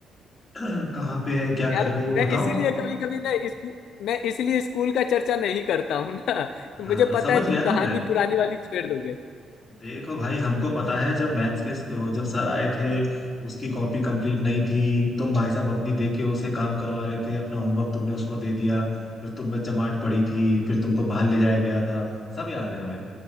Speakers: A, on the left (about 20°); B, on the left (about 75°).
A: <clears throat> कहाँ पे है क्या
B: यार
A: कर रही है वो
B: मैं
A: बताओ
B: इसीलिए कभी कभी ना इस, मैं इसलिए स्कूल का चर्चा नहीं करता हूँ ना तो
A: हाँ
B: मुझे
A: मैं समझ
B: पता है
A: गया
B: तुम
A: ना
B: कहानी
A: मैं
B: पुरानी वाली छेड़ दोगे
A: देखो भाई हमको पता है जब मैथ्स के जब सर आए थे उसकी कॉपी कंप्लीट नहीं थी तुम भाई साहब अपनी दे के उसे काम करवा रहे थे अपना होमवर्क तुमने उसको दे दिया फिर तुम में चमाट पड़ी थी फिर तुमको बाहर ले जाया गया था सब याद है हमें